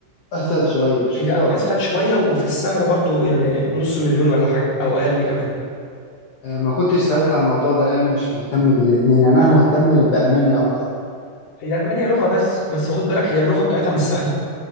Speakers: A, on the left; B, on the left.
A: اسهل شويه مش
B: هي
A: كده ولا
B: اسهل
A: ايه
B: شويه وفي السعر برضو يعني نص مليون ولا حاجه او اقل كمان
A: آه، ما كنتش سألت عن الموضوع ده لأني مش مهتم بالاتنين يعني أنا مهتم بألمانيا أكتر
B: هي المانيا لغه بس بس خد بالك هي اللغه بتاعتها مش سهله